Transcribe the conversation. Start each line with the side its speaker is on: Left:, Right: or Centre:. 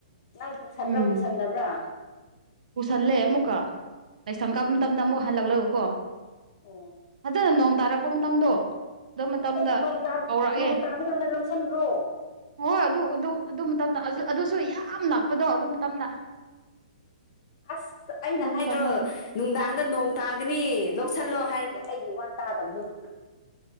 Left: ꯅꯪ ꯄꯨꯁꯟꯕ꯭ꯔꯥ
Right: ꯎꯝ
Left: ꯄꯨꯁꯟꯗꯕ꯭ꯔꯥ
Right: ꯄꯨꯁꯜꯂꯦ ꯑꯃꯨꯛꯀ ꯂꯥꯏꯁꯪ ꯀꯥꯕ
Left: ꯎꯝ
Right: ꯃꯇꯝꯗ ꯑꯃꯨꯛ ꯍꯜꯂꯛꯂꯕꯀꯣ
Left: <inaudible>
Right: ꯐꯖꯅ ꯅꯣꯡ ꯇꯥꯔꯛꯄ ꯃꯇꯝꯗꯣ ꯑꯗꯨ ꯃꯇꯝꯗ
Left: ꯑꯩꯁ ꯅꯣꯡ ꯇꯥꯕ
Right: ꯀꯧꯔꯛꯑꯦ
Left: ꯅꯣꯡ ꯇꯥꯕ ꯀꯥꯟꯗ ꯂꯧꯁꯤꯟꯕ꯭ꯔꯣ
Right: ꯍꯣꯏ ꯑꯗꯨ ꯑꯗꯨ ꯑꯗꯨ ꯃꯇꯝꯗ ꯑꯗꯨ ꯑꯗꯨꯁꯨ ꯌꯥꯝ ꯂꯥꯛꯄꯗꯣ ꯑꯗꯨ ꯃꯇꯝꯗ
Left: ꯑꯁ ꯑꯩꯅ
Right: ꯑꯗꯨ
Left: ꯍꯥꯏꯗ꯭ꯔꯣ
Right: ꯃꯇꯝꯗ ꯑꯣꯏꯅ
Left: ꯅꯨꯡꯗꯥꯡꯗ ꯅꯣꯡ ꯇꯥꯒꯅꯤ ꯂꯧꯁꯜꯂꯣ ꯍꯥꯏꯔꯒ ꯑꯩꯒꯤ ꯋꯥ ꯇꯥꯗꯕꯗꯣ ꯅꯪꯅ